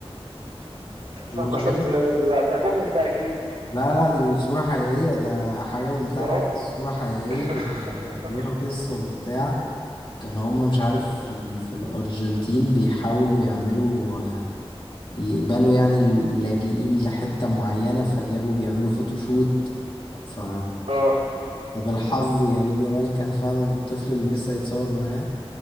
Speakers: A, on the left (about 50°); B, on the right (about 75°).
A: مش
B: لا ما شفتش
A: كده؟
B: انا ده, ده كوميك ده اكيد
A: لا لا دي صورة حقيقية ده حاجة منتهى
B: يا راجل
A: العبث صورة حقيقية
B: <laughs>
A: وليها قصة وبتاع كان هما مش عارف
B: مم.
A: في, ال... في الأرجنتين بيحاولوا يعملوا يقبلوا يعني اللاجئين لحتة معينة فجابوا بيعملوا فوتوشوت ف
B: اه
A: طب الحظ يا مين يا مال كان فعلا الطفل اللي لسه هيتصور معاه